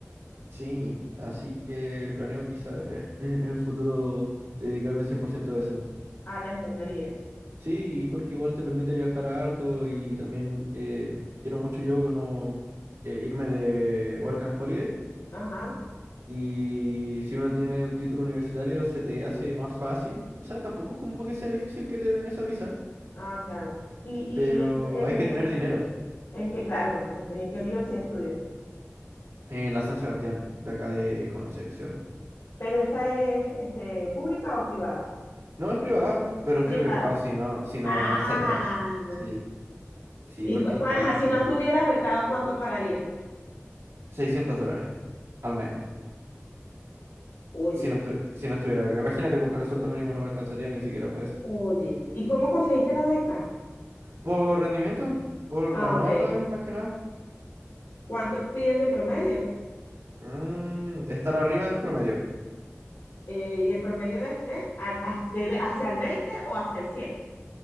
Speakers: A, on the right (about 75°); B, on the left (about 85°).
A: Sí, así que planeo quizá eh, en en el futuro dedicarme 100% a eso.
B: a la enfermería.
A: Sí, porque igual te permite viajar harto y también eh, quiero mucho yo como, eh, irme de eh, Work and Holiday
B: Ajá,
A: y si uno tiene un título universitario se te hace más fácil. O sea, tampoco es como que sea difícil que te den esa visa,
B: ah, claro. Y,
A: pero
B: y en, en
A: hay
B: qué,
A: que tener
B: en
A: dinero
B: qué, en qué, claro, porque estoy en qué universidad estudias.
A: en la San Sebastián, de acá de Concepción.
B: Pero esa es, este, pública o privada?
A: No es privada, pero estoy
B: Privada.
A: becado, si no, si no,
B: Ah,
A: no estaría... sí. Sí,
B: Y
A: porque
B: cua-
A: es
B: cua-
A: carísima.
B: ajá, si no estuvieras becado, ¿cuánto pagarías?
A: seiscientos dólares al mes.
B: Oye,
A: Si no, estu- si no estuviera becado. Imagínate, porque con el sueldo mínimo no me alcanzaría ni siquiera para eso.
B: oye, ¿y cómo conseguiste la beca?
A: ¿Por rendimiento? ¿Por
B: Ah,
A: las
B: ok.
A: notas, más que nada?
B: ¿Cuánto piden de promedio?
A: Mm, estar arriba del promedio.
B: Eh, y el promedio es de, a- a- de ve- hacia el 20 o hacia el cien